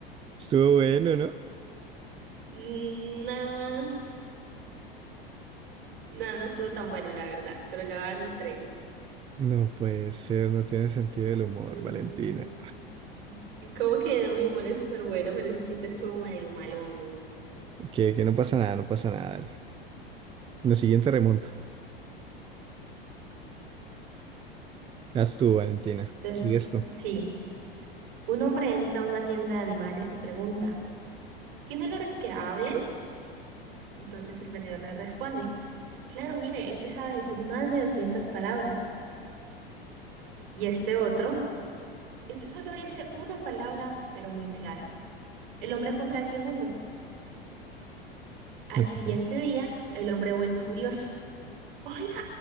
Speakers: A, on the right; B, on the right.
A: Estuvo bueno, ¿no?
B: Mm, No, no, no estuvo tan bueno, la verdad, pero le voy a dar un tres.
A: No puede ser, no tiene sentido del humor,
B: Mm,
A: Valentina.
B: Como que no, mi humor es súper bueno, pero ese chiste estuvo medio malongo.
A: Que, que no pasa nada, no pasa nada, dale. Lo siguiente remonto. Haz tú, Valentina.
B: Entonces,
A: Sigues tú.
B: sí. Un hombre entra a una tienda de animales y pregunta, ¿tiene olores que hablen? Entonces el vendedor le responde, claro, mire, este sabe decir más de 200 palabras. Y este otro, este solo dice una palabra, pero muy clara. El hombre compra el segundo. Al
A: ¿Qué
B: siguiente día, el hombre vuelve furioso. Oiga,